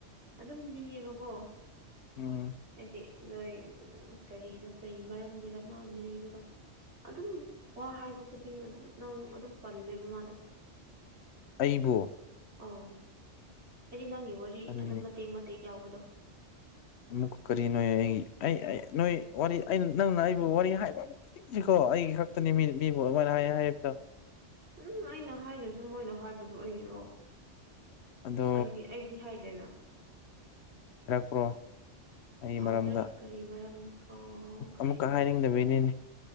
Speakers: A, on the right; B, on the left.
A: ꯑꯗꯨꯝ ꯂꯤꯌꯦꯕꯀꯣ
B: ꯎꯝ
A: ꯍꯥꯏꯗꯤ ꯅꯣꯏ ꯀꯔꯤꯅꯣ ꯀꯔꯤ ꯃꯔꯝꯒꯤꯔ ꯃꯥꯅ ꯂꯤꯕꯗꯣ ꯑꯗꯨꯝ ꯋꯥ ꯍꯥꯏꯕ ꯈꯨꯗꯤꯡ ꯑꯗꯨꯝ ꯅꯪ ꯑꯗꯨꯝ ꯄꯜꯂꯦꯕ ꯃꯥꯗꯣ
B: ꯑꯩꯕꯨ
A: ꯑꯧ ꯍꯥꯏꯗꯤ ꯅꯪꯒꯤ ꯋꯥꯔꯤ
B: ꯀꯔꯤ
A: ꯑꯗꯨꯝ ꯃꯇꯦꯛ ꯃꯇꯦꯛ ꯌꯥꯎꯕꯗꯣ
B: ꯑꯃꯨꯛꯀ ꯀꯔꯤꯅꯣ ꯑꯩ ꯑꯩ ꯅꯣꯏ ꯋꯥꯔꯤ ꯑꯩꯅ ꯅꯪꯅ ꯑꯩꯕꯨ ꯋꯥꯔꯤ ꯍꯥꯏꯕ <unintelligible> ꯑꯩꯒꯤ ꯈꯛꯇꯅꯤ ꯃꯤꯅ ꯃꯤꯕꯨ ꯑꯗꯨꯃꯥꯏꯅ ꯍꯥꯏ ꯍꯥꯏꯕꯗꯣ
A: ꯎꯝ ꯑꯩꯅ ꯍꯥꯏꯗꯖꯨ ꯃꯣꯏꯅ ꯍꯥꯏꯕꯗꯨ ꯑꯩꯅꯔꯣ
B: ꯑꯗꯣ
A: ꯑꯩꯗꯤ ꯑꯩꯗꯤ ꯍꯥꯏꯗꯦꯅ
B: ꯀ꯭ꯔꯣ ꯑꯩꯒꯤ
A: ꯀꯥꯎꯈ꯭ꯔꯦ
B: ꯃꯔꯝꯗ
A: ꯀꯔꯤ ꯃꯔꯝꯅ ꯀꯥꯎꯈ꯭ꯔꯦ
B: ꯑꯃꯨꯛꯀ ꯍꯥꯏꯅꯤꯡꯗꯕꯤꯅꯤꯅꯦ